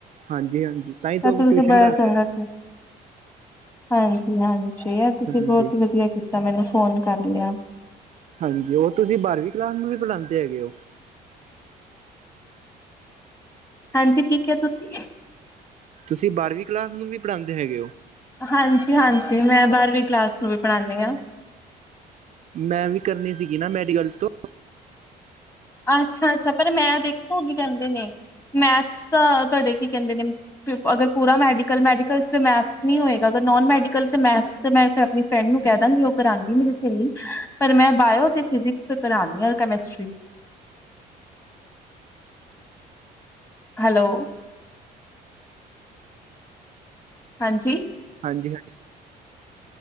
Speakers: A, on the right (about 45°); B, on the left (about 15°).
A: ਹਾਂਜੀ ਹਾਂਜੀ ਤਾਂ ਹੀ ਤਾਂ
B: ਐ ਤੇ
A: ਉਹ
B: ਤੁਸੀਂ
A: ਟਿਊਸ਼ਨ
B: ਬੜਾ
A: ਰੱਖਦਾ
B: ਚੰਗਾ ਕੇਆ। ਹਾਂਜੀ-ਹਾਂਜੀ ਐ ਤੁਸੀਂ
A: ਹਾਂਜੀ
B: ਬੋਹਤ ਈ ਵਧੀਆ ਕੀਤਾ ਮੈਨੂੰ ਫੋਨ ਕਰ ਲਯਾ।
A: ਹਾਂਜੀ ਔਰ ਤੁਸੀਂ ਬਾਰਵੀਂ ਕਲਾਸ ਨੂੰ ਵੀ ਪੜ੍ਹਾਂਦੇ ਹੈਗੇ ਓ।
B: ਹਾਂਜੀ ਕੀ ਕੇਆ ਤੁਸੀਂ
A: ਤੁਸੀਂ ਬਾਰਵੀਂ ਕਲਾਸ ਨੂੰ ਵੀ ਪੜਾਂਦੇ ਹੈਗੇ ਓ।
B: ਹਾਂਜੀ-ਹਾਂਜੀ ਮੈਂ ਬਾਰਵੀਂ ਕਲਾਸ ਨੂੰ ਵੀ ਪੜ੍ਹਾਨੀ ਆਂ।
A: ਮੈਂ ਵੀ ਕਰਨੀ ਸੀਗੀ ਨਾ ਮੈਡੀਕਲ ਤੋਂ।
B: ਅੱਛਾ-ਅੱਛਾ ਪਰ ਮੈਂ ਦੇਖੋ ਕੀ ਕਹਿੰਦੇ ਨੇ, ਮੈਥਸ ਦਾ ਤੁਹਾਡੇ ਕੀ ਕਹਿੰਦੇ ਨੇ। ਅਗਰ ਪੂਰਾ ਮੈਡੀਕਲ, ਮੈਡੀਕਲ ਚ ਮੈਥਸ ਨਹੀਂ ਹੋਏਗਾ ਅਗ ਨੋਨ ਮੈਡੀਕਲ ਤੇ ਮੈਥਸ। ਤੇ ਮੈਂ ਫਿਰ ਆਪਣੀ ਫਰੈਂਡ ਨੂੰ ਕਹਿ ਦਾਂਗੀ, ਉਹ ਕਰਾਂਂਦੀ ਮੇਰੀ ਸਹੇਲੀ ਪਰ ਮੈਂ ਬਾਇਓ ਤੇ ਫਿਜਿਕਸ। ਕਰਾਣੀ ਆ, ਹੋਰ ਕੈਮਿਸਟਰੀ। ਹੈਲੋ। ਹਾਂਜੀ।
A: ਹਾਂਜੀ ਹਾਂਜੀ।